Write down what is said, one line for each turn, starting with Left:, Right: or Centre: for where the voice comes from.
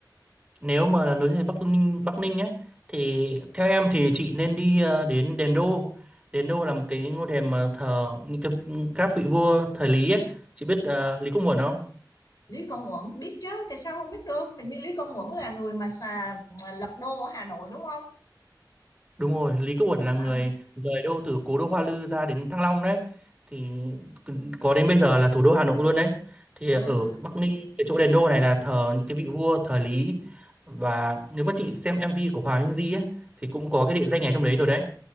Right: Nếu mà là nói về Bắc Ninh Bắc Ninh ấy thì theo em thì chị nên đi ờ, đến Đền Đô. Đền Đô là một cái ngôi đền mà thờ những cái, các vị vua thời Lý ấy. Chị biết ờ, Lý Công Uẩn không?
Left: Lý Công Uẩn biết chứ tại sao không biết được hình như Lý Công Uẩn là người mà xà mà lập đô ở Hà Nội đúng không
Right: Đúng rồi, Lý Công Uẩn là người
Left: à,
Right: rời đô từ cố đô Hoa Lư ra đến Thăng Long đấy. Thì có đến bây giờ là thủ đô Hà Nội luôn đấy. Thì
Left: à
Right: ở Bắc Ninh cái chỗ Đền Đô này là thờ những cái vị vua thời Lý và nếu mà chị xem MV của Hòa Minzy ấy thì cũng có cái địa danh này trong đấy rồi đấy.